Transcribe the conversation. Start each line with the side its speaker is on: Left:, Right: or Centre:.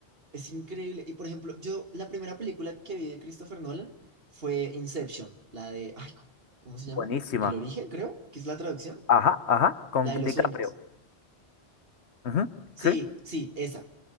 Right: es increíble. Y por ejemplo, yo, la primera película que vi de Christopher Nolan fue Inception, la de, ay, ¿cómo se llama?
Left: Buenísima.
Right: El origen, creo, que es la traducción,
Left: Ajá, ajá, con
Right: la
Left: DiCaprio.
Right: de los sueños.
Left: Ujú,
Right: Sí,
Left: Sí.
Right: sí, esa,